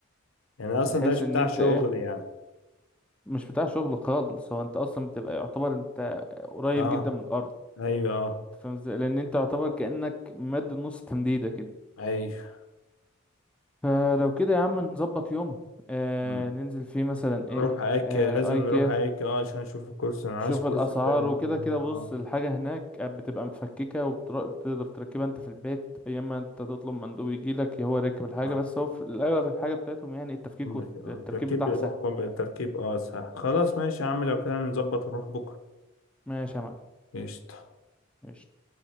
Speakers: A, on the left; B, in the centre.
A: يعني اصلا
B: بحيث
A: ده مش
B: ان
A: بتاع
B: انت
A: شغل
B: ايه
A: يعني
B: مش بتاع شغل خالص هو انت اصلا بتبقى يعتبر انت قريب
A: اه
B: جدا من الارض
A: ايوه اه
B: فاهم ازاي؟ لان انت يعتبر كانك مد نص تمديده كده
A: ايوه
B: فلو كده يا عم نظبط يوم آه
A: م-
B: ننزل فيه مثلا ايه
A: نروح ايكيا
B: آه
A: لازم
B: ايكيا
A: نروح ايكيا اه عشان نشوف الكرسي انا
B: شوف
A: عايز كرسي
B: الاسعار
A: فعلا
B: وكده كده بص
A: اه
B: الحاجه هناك بتبقى متفككه وبتقدر تركبها انت في البيت يا اما انت تطلب مندوب يجي لك هو راكب الحاجه
A: آه.
B: بس هو في الاغلب الحاجه بتاعتهم يعني التفكيك
A: م-
B: والتركيب
A: تركيب
B: بتاعها
A: هو
B: سهل
A: ب- تركيب اه سهل خلاص ماشي يا عم لو كده نظبط نروح بكره
B: ماشي يا معلم
A: قشطة
B: ماشي.